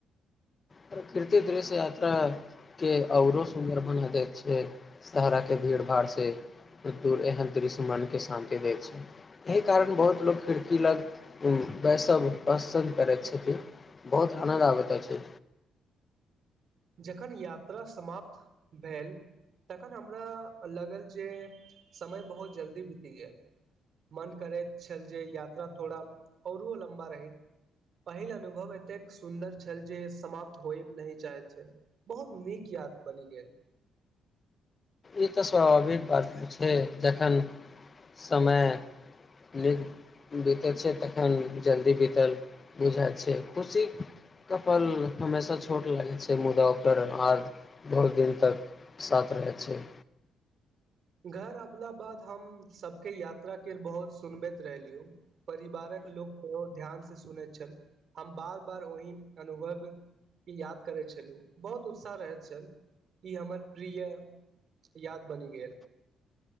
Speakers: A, on the left; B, on the right.
A: प्रकृति दृश्य यात्राके आओरो सुन्दर बना दैत छै शहराके भीड़ भाड़सँ दूर एहन दृश्य मनके शान्ति दैत छै एहि कारण बहुत लोक खिड़की लग वैसव पसन्द करैत छथिन बहुत आनन्द आबैत अछि
B: जखन यात्रा समाप्त भेल तखन हमरा लागल जे समय बहुत जल्दी बीति गेल मन करैत छल जे यात्रा थोड़ा औरो लम्बा रहैत पहिल अनुभव एतेक सुन्दर छल जे समाप्त होय नहि जायत छै बहुत नीक याद बनि गेल
A: ई तऽ स्वाभाविक बात छै जखन समय नीक बीतै छै तखन जल्दी बीतल बुझाइत छै खुशी के पल हमेशा छोट लागे छै मुदा ओकर याद बहुत दिन तक साथ रहैत छै
B: घर अबला बाद हम सबके यात्रा केर बहुत सुनबैत रहलीयै परिवारक लोक तऽ ध्यानसँ सुनैत छल हम बार बार ओहि अनुभव केँ याद करैत छलहुँ बहुत उत्साह रहैत छल ई हमर प्रिय याद बनि गेल